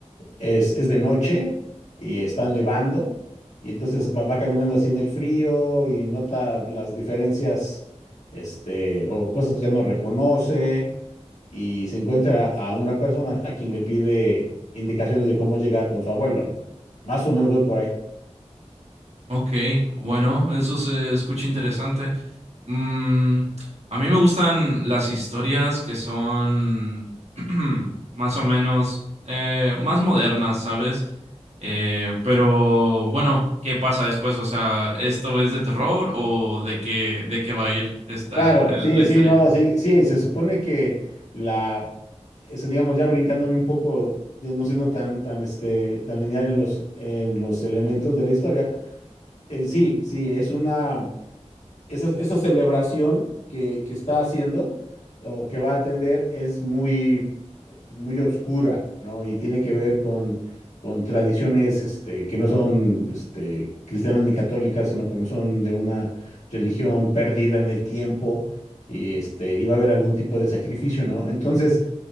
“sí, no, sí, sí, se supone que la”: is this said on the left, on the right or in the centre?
Left